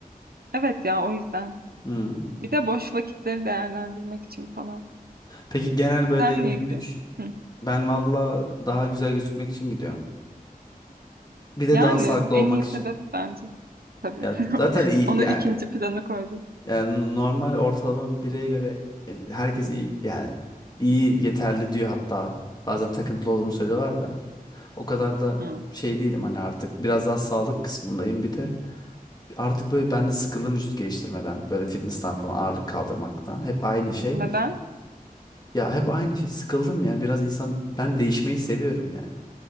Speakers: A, on the right; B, on the left.
A: Evet ya o yüzden.
B: Hmm.
A: Bir de boş vakitleri değerlendirmek için falan.
B: Peki genel böyle
A: Sen
B: günlük
A: niye gidiyorsun? Hı.
B: ben valla daha güzel gözükmek için gidiyorum. Bir de
A: Yani
B: daha sağlıklı
A: en
B: olmak
A: iyi
B: için.
A: sebep bence. Tabii.
B: Ya
A: <laughs>
B: zaten iyi
A: Onu
B: ya
A: ikinci plana koydum.
B: yani normal ortalama bir bireye göre e, herkes iyi yani iyi yeterli diyor hatta. Bazen takıntılı olduğumu söylüyorlar da. O kadar da
A: Hı.
B: şey değilim hani artık biraz daha sağlık kısmındayım bir de artık böyle ben de sıkıldım vücut geliştirmeden böyle fitness'tan falan ağırlık kaldırmaktan hep aynı şey
A: Neden?
B: ya hep aynı şey sıkıldım ya biraz insan ben değişmeyi seviyorum yani